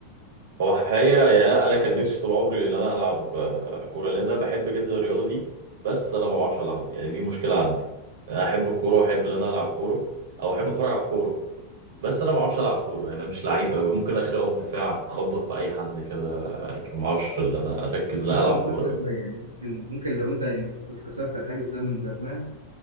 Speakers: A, on the right; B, on the right.
A: هو الحقيقة يعني لا أنا كان نفسي طول عمري إن أنا ألعب آه، كورة لأن أنا بحب جدا الرياضة دي بس أنا ما بعرفش ألعبها يعني دي مشكلة عندي أنا أحب الكورة وأحب إن أنا ألعب كورة أو أحب أتفرج على الكورة بس أنا ما بعرفش ألعب كورة يعني أنا مش لعيب أوي ممكن آخري أقف دفاع أخبط في أي حد كده لكن ما بعرفش إن أنا أركز إن أنا
B: حاجه
A: ألعب كورة
B: مقصه
A: أوي
B: شويه يعني ممكن ممكن لو انت يعني كنت كسرت الحاجز ده من زمان